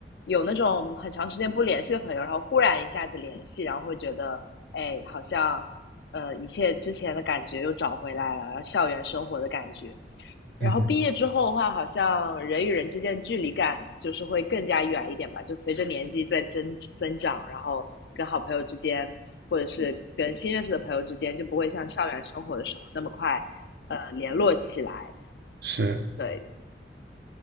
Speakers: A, on the left; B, on the right.
A: 有那种很长时间不联系的朋友，然后忽然一下子联系，然后会觉得，哎，好像，呃，一切之前的感觉又找回来了，然后校园生活的感觉，然后毕业之后的话，
B: 嗯哼，
A: 好像人与人之间的距离感就是会更加远一点吧。就随着年纪在增增长，然后跟好朋友之间，或者是跟新认识的朋友之间，就不会像校园生活的时候那么快，呃，联络起来。
B: 是，
A: 对，